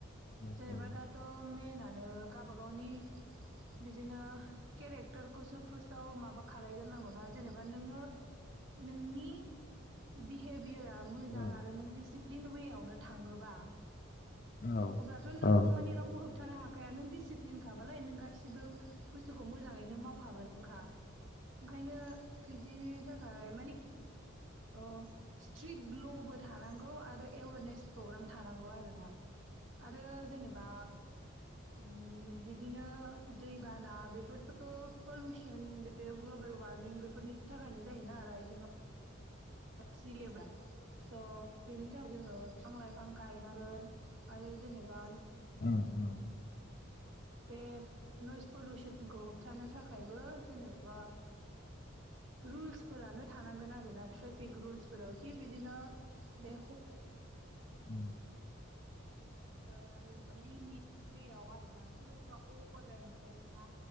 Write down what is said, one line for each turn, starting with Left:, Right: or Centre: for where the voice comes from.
Right: जेनेबा
Left: औ
Right: दाथ' मेनानो गावबागावनि बिदिनो केरेक्टारखौसो फार्स्टाव माबा खालायग्रोनांगौना जेनेबा नोङो नोंनि बिहेभियार आं मोजां
Left: औ
Right: आरो नों डिसिप्लिन वे आवनो थाङोबा
Left: औ
Right: अब्लाथ' नोंखौ
Left: औ
Right: माने रावबो हो बथानो हाखाया नों डिसिप्लिनखाबालाय नों गासिबो बुस्थुखौ मोजाङैनो मावखागोनखा ओंखायनो बिदिनि थाखाय मानि औ स्ट्रिट ग्ल'बो थानांगौ आरो एवेरनेस प्रग्राम थानांगौ आरो ना आरो जेनेबा ओम बिदिनो दैबाना बेफोरथ' पलुसन बे ग्लबेल वारमिं बेफोरनि थाखायनो जायोना आरो आइजेंआव सिलेब्रा स' बेनि थाखाय जोङो फांलाय बिफां गायनांगोन आरो जेनेबा
Left: औ औ
Right: बे नयस पलिुसनखौ होबथानो थाखाय थाखायबो जेनेबा रुल्सफोरानो थानांगोन आरोना ट्रे पिक रुल्सफोराव कि बिदिनो बे
Left: <unintelligible> <inaudible>
Right: गोन आरो जेनेबा लिमिट वेआव आरोना सोरबा सोरबा अभारद्राय माबायोना